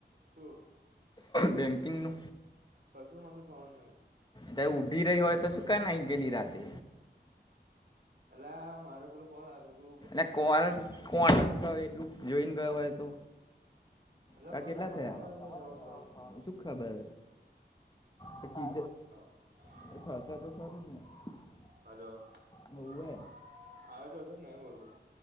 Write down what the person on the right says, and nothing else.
શુ
કસું મધું ખવાનુંહ
એલા મારે પોલો ફોલ આવ લુ
એટ પણ
મને
સમજ છે, એવું થવાનુ.
<unintelligible>
હલો સ્વચ્છ
ભારત કા ઇરાદા આવે તો હશે ને એમ બોલૂ